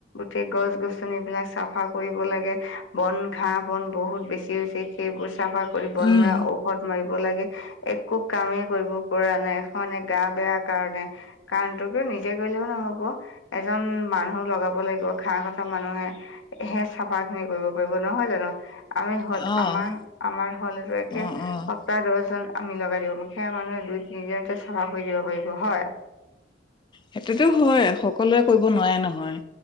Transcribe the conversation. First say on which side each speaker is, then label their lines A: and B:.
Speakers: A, on the left; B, on the left.
A: গোটেই গছ গছনিবিলাক চাফা কৰিব লাগে বন ঘাঁহ বন বহুত বেছি হৈছে সেইবোৰ চাফা কৰি বনোৱা
B: উম,
A: ঔষধ মাৰিব লাগে একো কামেই কৰিব পৰা নাই এখনে গা বেয়া কাৰণে কাৰণটো কি নিজে গলেও নহব এজন মানুহ লগাব লাগিব। ঘহ কথা মানুহে সে চাফা খিনি কৰিব পাৰিব নহয় জানো? আমি হল
B: অ',
A: আমাৰ আমাৰ হলতে
B: অ',
A: সপ্তাহ
B: অ'।
A: দহজন আমি লগাই দিব মু সেয়া মানুহে দুই তিনিজনতে চাফা কৰি দিব পাৰিব হয়।
B: সেইটোতো হয় সকলোৱে কৰিব নোৱাৰে নহয়